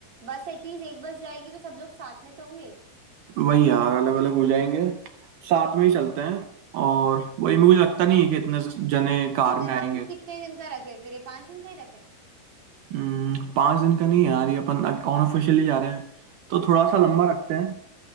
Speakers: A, on the right; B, on the right.
A: बस एटलीस्ट एक बस जाएगी तो सब लोग साथ में तो होंगे
B: वही यार अलग अलग हो जाएंगे साथ में ही चलते हैं और वही मुझे लगता नहीं है कि इतने जने कार
A: तो फिर
B: में
A: हम
B: आएंगे
A: कितने दिन का रखें फिर ये पांच दिन का ही रखें
B: हम्म, पाँच दिन का नहीं है यार ये अपन अनऑफिशियली जा रहे हैं तो थोड़ा सा लंबा
A: हम्म
B: रखते हैं